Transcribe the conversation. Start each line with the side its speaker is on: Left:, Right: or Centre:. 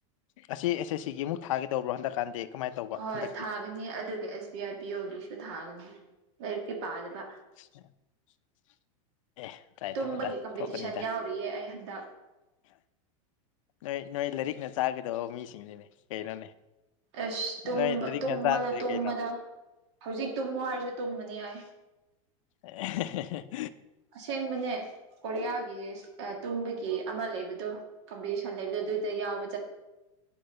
Left: ꯑꯁꯤ ꯑꯦꯁ ꯑꯦꯁ ꯁꯤꯒꯤ ꯑꯃꯨꯛ ꯊꯥꯒꯦꯇꯧꯕ꯭ꯔꯣ ꯍꯟꯗꯛꯀꯥꯟꯗꯤ ꯀꯃꯥꯏꯅ ꯇꯧꯕ
Right: ꯍꯣꯏ
Left: ꯍꯟꯗꯛꯇꯤ
Right: ꯊꯥꯒꯅꯤ ꯑꯗꯨꯒ ꯑꯦꯁ ꯕꯤ ꯑꯥꯏ ꯄꯤꯌꯣꯒꯤꯁꯨ ꯊꯥꯒꯅꯤ ꯂꯥꯏꯔꯤꯛꯇꯤ ꯄꯥꯗꯕ
Left: <inaudible> ꯑꯦ ꯇ꯭ꯔꯥꯏ
Right: ꯇꯨꯝꯕꯒꯤ
Left: ꯇꯧꯕꯗ
Right: ꯀꯝꯄꯤꯇꯤꯁꯟ
Left: ꯊꯣꯛꯀꯅꯤꯗ
Right: ꯌꯥꯎꯔꯤꯌꯦ ꯑꯩ ꯍꯟꯗꯛ <inaudible>
Left: ꯀꯔꯤ ꯅꯣꯏ ꯂꯥꯏꯔꯤꯛꯅ ꯆꯥꯒꯗꯧꯕ ꯃꯤꯁꯤꯡꯁꯤꯅꯦ ꯀꯩꯅꯣꯅꯦ
Right: ꯑꯁ ꯇꯨꯝ
Left: ꯅꯣꯏ ꯂꯥꯏꯔꯤꯛꯅ
Right: ꯇꯨꯝꯕꯗ
Left: ꯆꯥꯗ꯭ꯔꯗꯤ
Right: ꯇꯨꯝꯕꯗ
Left: ꯀꯩꯅꯣ
Right: ꯍꯧꯖꯤꯛ ꯇꯨꯝꯃꯣ ꯍꯥꯏꯔꯁꯨ ꯇꯨꯝꯕꯅꯤ ꯑꯩ
Left: ꯑꯍ ꯍ ꯍ
Right: ꯑꯁꯦꯡꯕꯅꯦ ꯀꯣꯔꯤꯌꯥꯒꯤ ꯇꯨꯝꯕꯒꯤ ꯑꯃ ꯂꯩꯕꯗꯣ ꯀꯝꯄꯤꯇꯤꯁꯟ ꯂꯩꯕꯗꯣ ꯑꯗꯨꯗ ꯌꯥꯎ